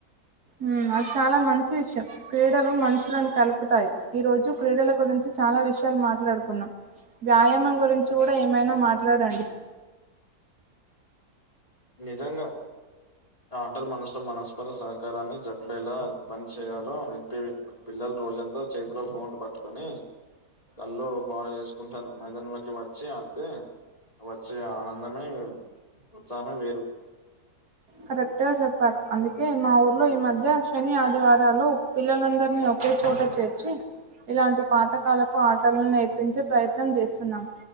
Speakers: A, on the right (about 75°); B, on the left (about 20°).
A: ఉమ్, అది చాలా మంచి విషయం. క్రీడలు మనుషులను కలుపుతాయి. ఈ రోజు క్రీడల గురించి చాలా విషయాలు మాట్లాడుకున్నాం. వ్యాయామం గురించి కూడా ఏమైనా మాట్లాడండి.
B: నిజంగా ఆటర్ మనుష మనస్పర సహకారాన్ని జట్లు ఎలా పన్ చేయాలో నేర్పే పిల్లల్ రోజంతా చేతిలో ఫోన్లు పట్టుకొని కళ్ళు బాగు చేస్కుంటాను మైదానంలోకి వచ్చి ఆడ్తే వచ్చే ఆనందమే ఉత్సాహమే వేరు
A: కరెక్ట్గా చెప్పారు అందుకే మా ఊర్లో ఈ మధ్య శని, ఆదివారాలు పిల్లలందర్నీ ఒకే చోట చేర్చి ఇలాంటి పాతకాలపు ఆటలను నేర్పించే ప్రయత్నం చేస్తున్నాం.